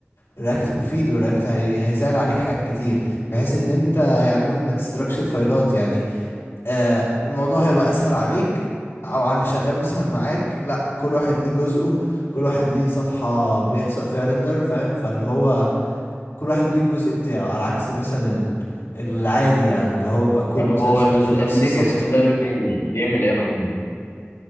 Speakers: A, on the left; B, on the left.
A: الرياكت مفيد والرياكت هي... هيسهل عليك حاجات كتير بحيث ان انت يعلمك انك تستراكشر فايلات يعني آه الموضوع هيبقى اسهل عليك او على اللي شغال مثلا معاك لا كل واحد ليه جزءه كل واحد ليه صفحة بيحصل فيها ريندر فاهم فاللي هو كل واحد ليه الجزء بتاعه على عكس مثلا ال- العادي يعني اللي هو بيبقى كله
B: طب
A: مثلا
B: هو
A: شغال
B: النكست
A: في نفس الصفحة
B: ده بيعمل بيعمل ايه يا محمود